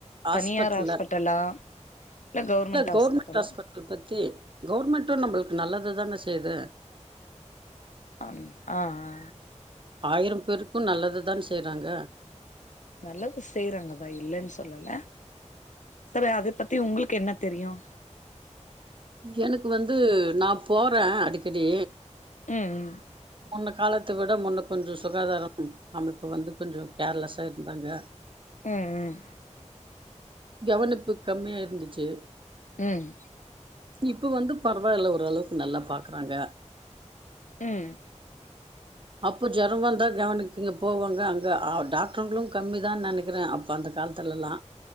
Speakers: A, on the right; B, on the left.
A: ஹாஸ்பிட்டல்ல
B: தனியார் ஹாஸ்பிட்டலா இல்ல கவர்மெண்ட்
A: கவுர்மெண்ட்
B: ஹாஸ்பிட்டலா?
A: ஹாஸ்பிட்டல் பத்தி கவுர்மெண்ட்டு நம்பளுக்கு நல்லதுதான செய்து
B: அன் ஆ ஆ
A: ஆயிரம் பேருக்கு நல்லதுதான் செய்றாங்க
B: நல்லது செய்றாங்கதா இல்லேன்னு சொல்லல. செரி அதை பத்தி உங்களுக்கு என்ன தெரியு?
A: எனக்கு வந்து நா போறே அடிக்கடி
B: ம் ம்
A: முன்ன காலத்த விட முன்ன கொஞ்சொ சுகாதார அமைப்பு வந்து கொஞ்சொ கேர்லஸா இருந்தாங்க
B: ம் ம்
A: கவனிப்பு கம்மியா இருந்துச்சு
B: ம்
A: இப்ப வந்து பரவாயில்ல ஓரளவுக்கு நல்லா பாக்குறாங்க
B: ம்
A: அப்ப ஜொரொ வந்தா <unintelligible> போவோங்க அங்க டாக்ட்ருங்களு கம்மி தான் நனக்கிறே அப்ப அந்த காலத்துலல்லா